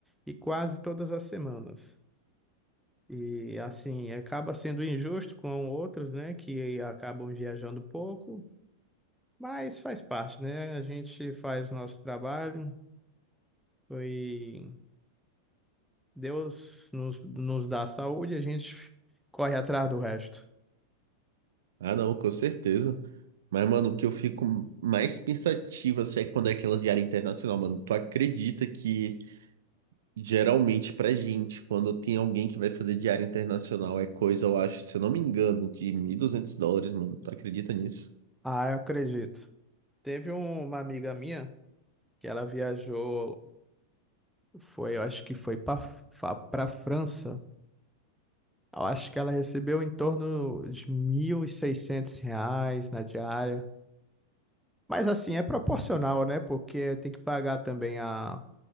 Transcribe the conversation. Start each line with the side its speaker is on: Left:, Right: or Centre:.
Centre: e quase todas as semanas. E assim, acaba sendo injusto com outros, né, que acabam viajando pouco, mas faz parte, né? A gente faz o nosso trabalho. Foi Deus nos, nos dá saúde, a gente corre atrás do resto.
Right: Ah, não, com certeza. Mas, mano, o que eu fico mais pensativo assim, é quando é aquelas de área internacional, mano. Tu acredita que geralmente pra gente, quando tem alguém que vai fazer de área internacional, é coisa, eu acho, se eu não me engano, de 1.200 dólares, mano. Tu acredita nisso?
Centre: Ah, eu acredito. Teve um- uma amiga minha que ela viajou, foi, eu acho que foi para França. Eu acho que ela recebeu em torno de 1.600 reais na diária. Mas assim, é proporcional, né? Porque tem que pagar também a